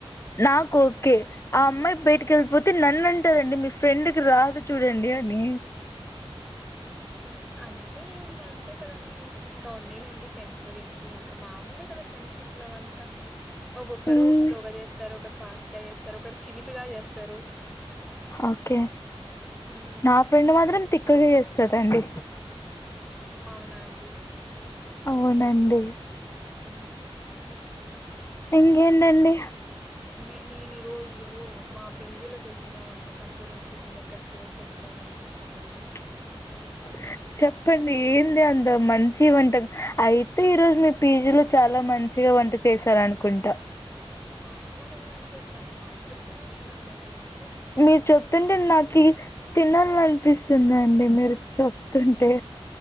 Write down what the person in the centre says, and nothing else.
అంటే ఇంకా అంతే కదండి ఇంకా వన్ని లేండి ఫ్రెండ్స్ గురించి ఇంకా మామూలే కదా ఫ్రెండ్షిప్ లో అంతా ఒక్కొక్కరు
స్లోగా చేస్తారు ఒక ఫాస్ట్ గా చేస్తారు ఒకరు చిలిపిగా చేస్తారు
హ్మ్
అవునా అండి
హు
మీ నేను ఈరోజు మా పేజీలో చేసిన వంటకం గురించి మీ దగ్గర షేర్ చేసుకోవాలం అనిపిస్తుందండి
చాలా బాగా అండి అసలు మైండ్ బ్లోయింగ్ అసలు నను